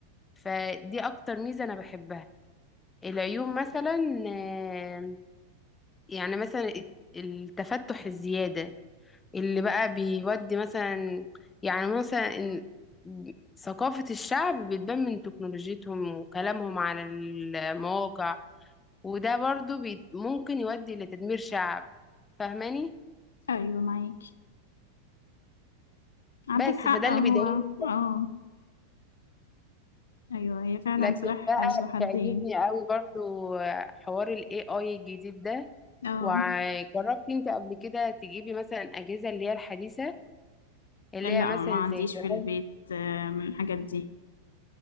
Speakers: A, on the left; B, on the left.
A: فدي اكتر ميزة انا بحبها العيوب مثلا آه، يعني مثلا الت- التفتح الزيادة اللي بقى بيودي مثلا يعني مثلا إن- ثقافة الشعب بتبان من تكنولوجيتهم وكلامهم على المواقع وده برضو بي ممكن يودي لتدمير شعب فاهماني
B: أيوة معاكي عندك
A: بس
B: حق
A: فده
B: هو
A: اللي بيضايقني
B: أه أيوة هي فعلا
A: لكن
B: سلاح
A: بقى
B: ذو حدين
A: بيعجبني قوي برضو حوار ال AI الجديد ده
B: أه
A: وجربتي انت قبل كده تجيبي مثلا أجهزة اللي هي الحديثة اللي
B: لا
A: هي مثلا
B: ما عنديش
A: زي جهاز
B: في البيت آه، من الحاجات دي